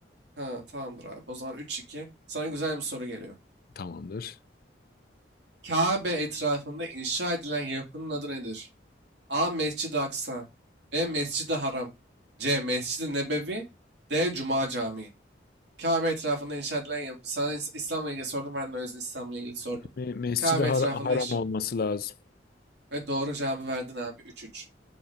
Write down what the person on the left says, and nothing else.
Tamamdır.
Me- Mescid-i
Har-
Haram
olması lazım.